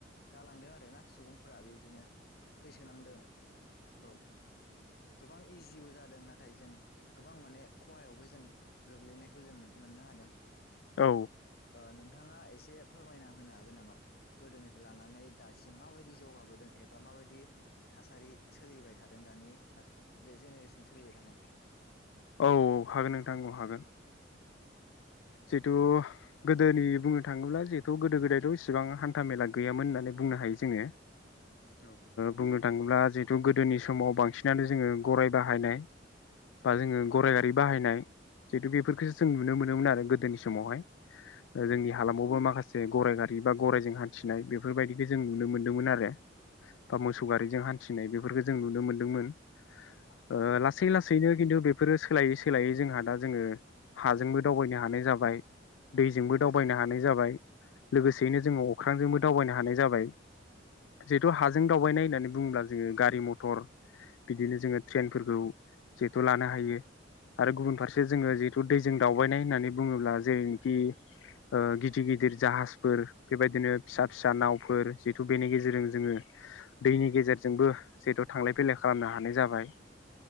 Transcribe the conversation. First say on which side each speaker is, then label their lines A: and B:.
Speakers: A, on the left; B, on the left.
A: जालांदों आरोना सुबुंफोरा बेबायदिनो सैसोनांदों। औ गोबां इजिबो जादों नाथाय जों गोबां माने खहायावबो जों गोग्लैनायखौ जों मोननो हादों।
B: औ।
A: ओ नोंथाङा एसे फोरमायना होनो हागोन नामा गोदोनिफ्राय लानानै दासिम माबायदि जौगाबोदों एबा माबायदि थासारि सोलिबाय थादों दानि बे जेनेरेसन सोलिबाय थानाया
B: औ हागोन नोंथां हागोन। जिहेथु गोदोनि बुंनो थाङोब्ला जिहेथु गोदो गोदायथ' इसिबां हान्था मेला गैयामोन होननानै बुंनो हायो जोङो।
A: औ
B: बुंनो थाङोब्ला जितु गोदोनि समाव बांसिनानो जोङो गराइ बाहायनाय बा जोङो गराइ गारि बाहायनाय जिहेतु बेफोरखौ जों नुनो मोनोमोन आरो गोदोनि समावहाय। जोंनि
A: औ
B: हालामावबो माखासे गराइ गारि बा गरायजों हान्थिनाय बेफोरबायदिखौ जों नुनो मोनदोंमोन आरो बा मोसौ गारिजों हान्थिनाय बेफोरखौ जों नुनो मोनदोंमोन। ओ लासै
A: उम
B: लासैनो खिन्थु बे बेफोरो सोलायै सोलायै जोंहा दा जोङो हाजोंबो दावबायनो हानाय जाबाय दैजोंबो दावबायनो हानाय जाबाय लोगोसेयैनो जोङो अख्रांजोंबो दावबायनो हानाय जाबाय जिहेथु हाजों दावबायनाय होननानै बुङोब्ला जोङो गारि मथर बिदिनो जोङो ट्रेनफोरखौ जिहेथु लानो हायो आरो गुबुन फारसे जोङो दैजों दावबायनाय होननानै बुङोब्ला जेरैनिखि गिदिर गिदिर जाहाजफोर बेबायदिनो फिसा फिसा नावफोर जिहेथु बेनि गेजेरजों जोङो दैनि गेजेरजोंबो जिहेथु थांलाय फैलाय खालामनो हानाय जाबाय